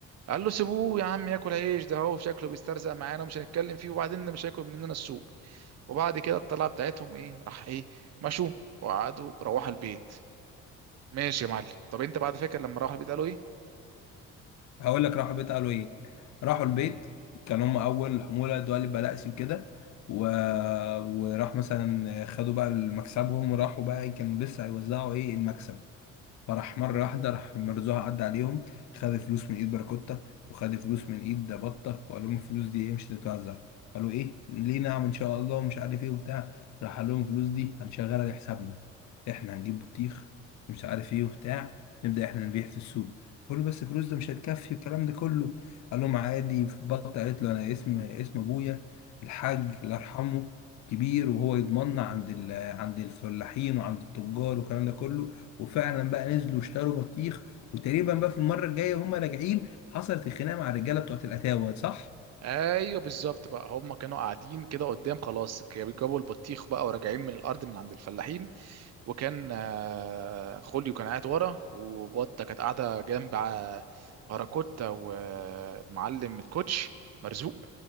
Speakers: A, on the right; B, on the left.
A: قال له سيبوه يا عم ياكل عيش ده هو شكله بيسترزق معانا ومش هنتكلم فيه وبعدين مش هياكل مننا السوق وبعد كده الطلعه بتاعتهم ايه راح ايه مشوا وقعدوا روحوا البيت ماشي يا معلم طب انت بعد فكره لما روحوا البيت قالوا ايه
B: هقول لك راحوا البيت قالوا ايه راحوا البيت كان هم اول حموله دول بلاقسي وكده و... وراح مثلا خدوا بقى مكسبهم وراحوا بقى كانوا لسه هيوزعوا ايه المكسب فراح مرة واحدة راح مرزوها عدى عليهم خد فلوس من ايد باراكوتا وخد فلوس من ايد بطة وقال لهم الفلوس دي ايه مش هتتوزع قالوا ايه ليه نعم ان شاء الله ومش عارف ايه وبتاع راح قال لهم الفلوس دي هنشغلها لحسابنا احنا هنجيب بطيخ ومش عارف ايه وبتاع نبدأ احنا نبيع في السوق فقالوا بس الفلوس ده مش هتكفي والكلام ده كله قال لهم عادي بطة قالت له انا اسم اسم ابويا الحاج الله يرحمه كبير وهو يضمننا عند ال... عند الفلاحين وعند التجار والكلام ده كله وفعلا بقى نزلوا واشتروا بطيخ وتقريبا بقى في المره الجايه هم راجعين حصلت الخناقه مع الرجاله بتوعت الاتاوه صح؟
A: ايوه بالظبط بقى هم كانوا قاعدين كده قدام خلاص جابوا البطيخ بقى وراجعين من الارض من عند الفلاحين وكان آه، خوليو كان قاعد ورا وبطه كانت قاعده جنب آه، باراكوتا والمعلم الكوتش مرزوق